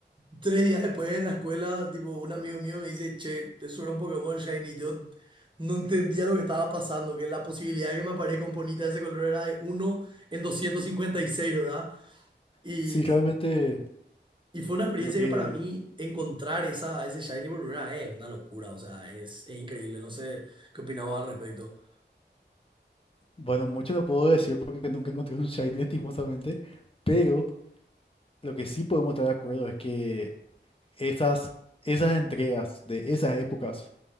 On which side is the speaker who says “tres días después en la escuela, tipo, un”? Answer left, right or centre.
Right